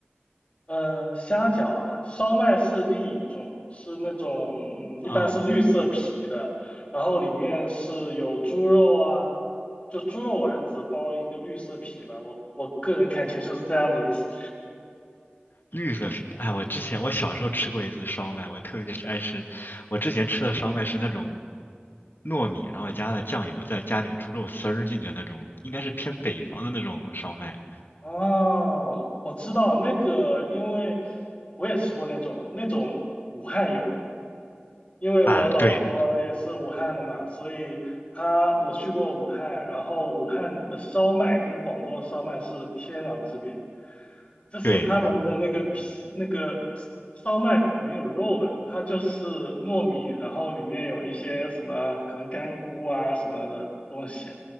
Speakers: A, on the left; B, on the left.
A: 嗯，虾饺啊，烧麦是另一个种，是那种嗯，一般是绿色皮的，
B: 啊，
A: 然后里面是有猪肉啊，就猪肉丸子包一个绿色皮吧，我我个人感觉就是这样的意思。
B: 绿色皮，哎，我之前我小时候吃过一次烧麦，我特别爱吃。我之前吃的烧麦是那种糯米，然后加了酱油，再加点猪肉丝儿进去的那种，应该是偏北方的那种烧麦
A: 哦，我知道那个，因为我也吃过那种，那种武汉有。因为我老婆也是武汉的嘛，
B: 啊。对
A: 所以她我去过武汉，然后武汉的烧麦跟广东的烧麦是天壤之别，就是他们的那个皮那个
B: 对，
A: 烧麦没有肉的，它就是糯米，然后里面有一些什么可能干菇啊什么的东西，